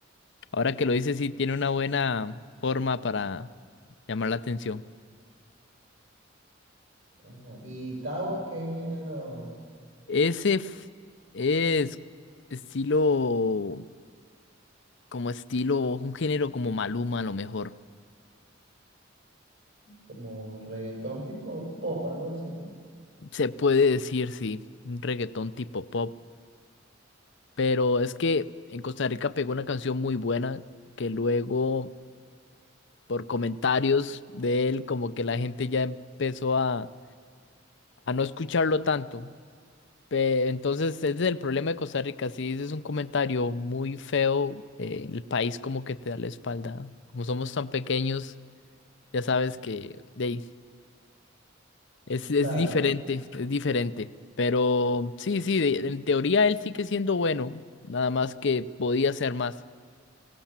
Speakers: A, on the left; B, on the right.
A: ahora que lo dice, sí, tiene una buena forma para llamar la atención.
B: Ajá. Y Cabo, ¿qué género?
A: Ese f- es estilo, como estilo, un género como Maluma a lo mejor.
B: Como reggaetón tipo pop, algo así.
A: Se puede decir, sí, un reggaetón tipo pop. Pero es que en Costa Rica pegó una canción muy buena que luego, por comentarios de él, como que la gente ya empezó a, a no escucharlo tanto. Pe- Entonces, ese es el problema de Costa Rica. Si dices un comentario muy feo, eh, el país como que te da la espalda. Como somos tan pequeños, ya sabes que de ahí, es, es
B: Claro,
A: diferente, es diferente. Pero sí, sí, de- en teoría él sigue siendo bueno, nada más que podía ser más.